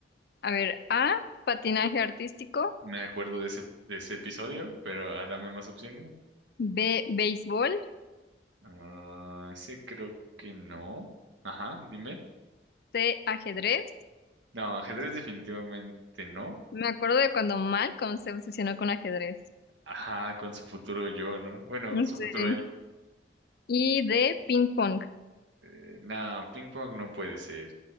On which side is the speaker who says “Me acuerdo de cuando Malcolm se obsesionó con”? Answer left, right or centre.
Left